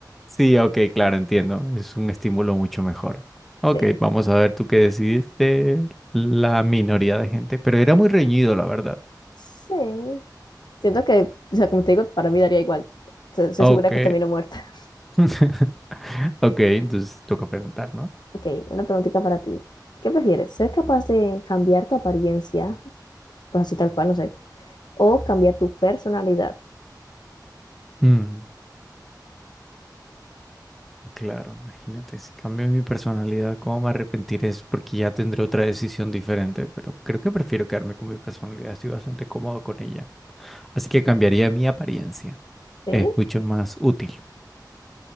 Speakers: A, in the centre; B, on the left.
A: Sí, ok, claro, entiendo. Es un estímulo mucho mejor. Ok,
B: Sí,
A: vamos a ver tú qué decidiste. La minoría de gente, pero era muy reñido, la verdad.
B: sí. Siento que, o sea, como te digo, para mí daría igual. Se- Estoy
A: Ok.
B: segura que termino muerta. <laughs>
A: <laughs> Ok, entonces toca preguntar, ¿no?
B: Ok, una preguntita para ti. ¿Qué prefieres? ¿Ser capaz de cambiar tu apariencia, pues así tal cual, no sé, o cambia tu personalidad.
A: Mm, claro, imagínate, si cambio mi personalidad, ¿cómo me arrepentiré? Es porque ya tendré otra decisión diferente, pero creo que prefiero quedarme con mi personalidad, estoy bastante cómodo con ella. Así que cambiaría mi apariencia,
B: ¿Sí?
A: es mucho más útil